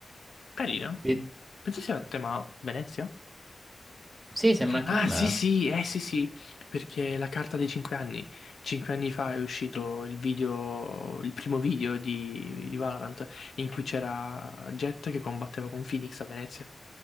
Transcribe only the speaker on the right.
E-
Sì, sembra anche
a me.